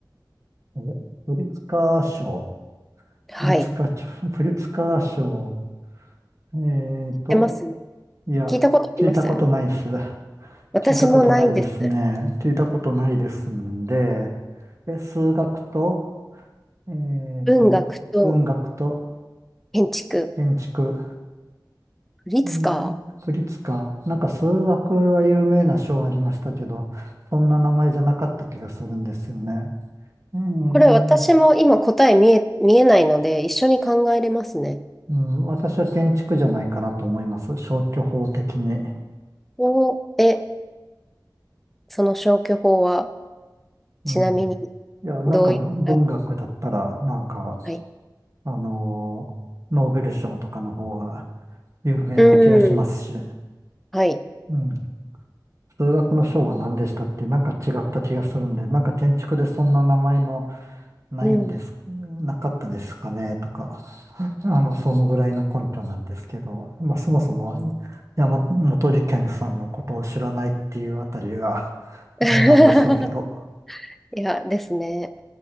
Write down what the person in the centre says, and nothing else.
はい。
知っ
てます
聞いたことあります
私もないです。
文学と
建築。
プリツカー。
これ私も今答え見え、見えないので一緒に考えれますね。
お、え、その消去法は
ちなみに
どういった
はい
うん。はい。
うん。
<laughs>
いや、ですね。